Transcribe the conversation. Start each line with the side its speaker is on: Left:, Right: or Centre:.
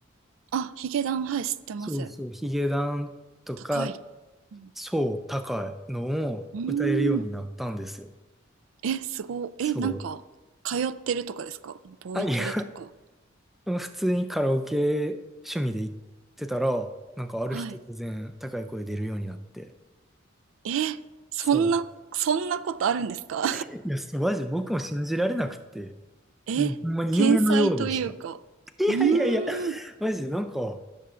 Right: あ、ヒゲダン、はい、知ってます。
Centre: そうそう、ヒゲダンとか、
Right: 高い。うん。
Centre: そう、高いのを歌えるようになったんですよ。
Right: うーん。え、すごい。
Centre: そう。
Right: え、なんか、通ってるとかですかボイトレとか。
Centre: あ、いや、<laughs> 普通にカラオケ趣味で行ってたら、なんかある日突然高い声出るようになって。
Right: はい。え、そんな、
Centre: そう。
Right: そんなことあるんですか
Centre: <laughs> いや、そうマジ僕も信じられなくて、
Right: <laughs> え、
Centre: もうほんまに夢のようでした。
Right: 天才というか。
Centre: <laughs> いやいやいや、
Right: うーん。
Centre: マジでなんか、